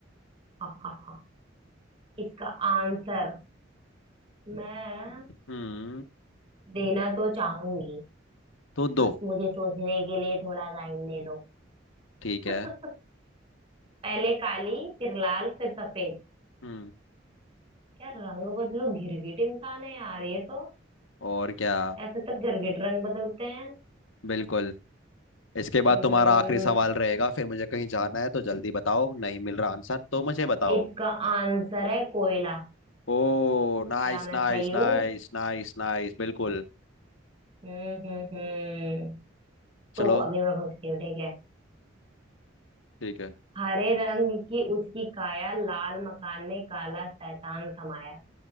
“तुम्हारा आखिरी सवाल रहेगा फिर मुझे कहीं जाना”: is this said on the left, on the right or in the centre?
Left